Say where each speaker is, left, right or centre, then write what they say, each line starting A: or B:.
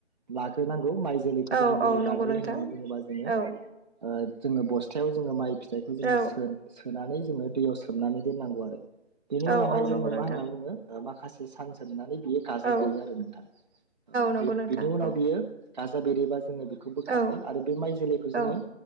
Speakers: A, on the right (about 40°); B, on the right (about 60°).
A: लाग्रोनांगौ माइ जोलैखौ
B: औ
A: जोङो
B: औ
A: बोरै
B: नंगौ
A: बानायो
B: नोंथां
A: होननानै बुङोबा जोङो
B: औ
A: ओ जोङो बस्थायाव जोङो माइ फिथाइखौ जोङो
B: औ
A: सोनानै जोङो दैयाव सोमनानै दोननांगौ आरो। बेनि
B: औ
A: उनावहाय
B: औ नंगौ
A: जोङो
B: नोंथां
A: मा होन्ना बुङो माखासे सान सोबनानै बियो गा
B: औ
A: यो आरो नोंथां औ
B: नंगौ
A: बे
B: नोंथां
A: बिनि उनाव
B: औ
A: बियो गाजा बेरोबा जोङो बेखौ बोखाङो
B: औ
A: आरो बे माइ जोलैखौ खौ
B: औ
A: जोङो